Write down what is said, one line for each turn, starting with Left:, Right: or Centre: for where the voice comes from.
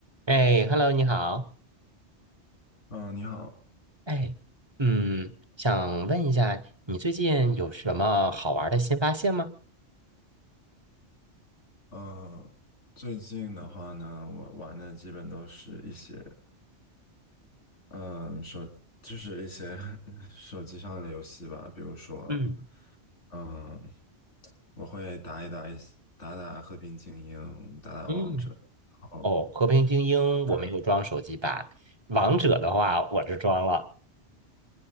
Right: 哎，Hello，你好。
Left: 嗯，你好，
Right: 哎，嗯，想问一下，你最近有什么好玩儿的新发现吗？
Left: 嗯，最近的话呢，我玩的基本都是一些，嗯，手就是一些 <laughs> 手机上的游戏吧，比如说，
Right: 嗯
Left: 嗯，我会打一打一些打打和平精英，打打王者，
Right: 嗯，
Left: 然后，
Right: 哦，《和平精英》我没有装手机版，
Left: 呃
Right: 《王者》的话我这装了。